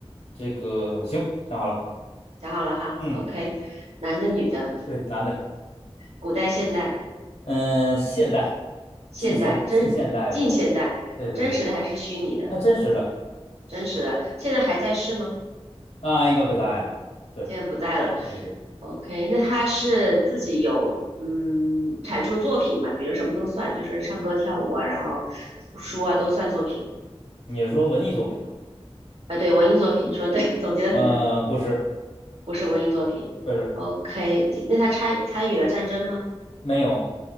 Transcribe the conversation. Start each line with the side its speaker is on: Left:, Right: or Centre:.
Left: 这个行，想好了。
Right: 想好了哈。
Left: 嗯，
Right: OK，男的、女的，
Left: 对，男的。
Right: 古代、现代、
Left: 嗯，现代，
Right: 现代、
Left: 近现近现代吧。
Right: 真近现代，
Left: 对对对，
Right: 真实的还是虚拟的？
Left: 那真实的
Right: 真实的，现在还在世吗？
Left: 那应该不在了。对，
Right: 现在不在了。
Left: 对对对
Right: OK，那他是自己有嗯产出作品嘛？比如什么都算，就是唱歌、跳舞啊，然后书啊都算作品
Left: 你是说文艺作品吧？
Right: 啊。对，文艺作品，你说对，<laughs> 总结的很对，
Left: 呃，不是，
Right: 不是文艺作品。
Left: 不是，
Right: OK，那他参参与了战争吗？
Left: 没有。